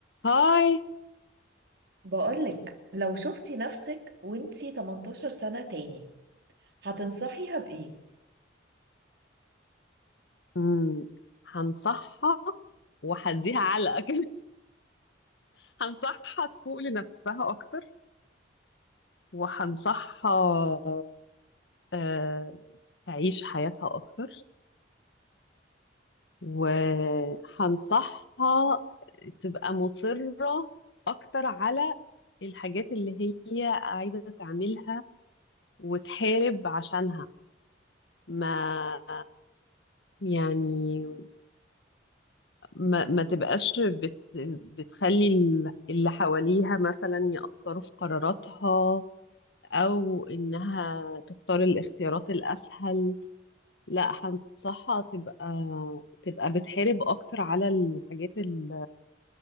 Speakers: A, on the left; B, on the right.
A: هاي
B: بقولك لو شفتي نفسك وانتي 18 سنة تاني هتنصحيها بإيه؟
A: مم. هنصحها وهديها علقة كمان <laughs> هنصحها تفوق لنفسها أكتر وهنصحها آه، تعيش حياتها أكتر وهنصحها تبقى مصرة أكتر على الحاجات اللي هي عايزة تعملها وتحارب عشانها ما يعني ما, ما تبقاش بت بتخلي ال- اللي حواليها مثلا يأثروا في قراراتها أو إنها تختار الاختيارات الأسهل لا هنصحها تبقى تبقى بتحارب أكتر على الحاجات ال-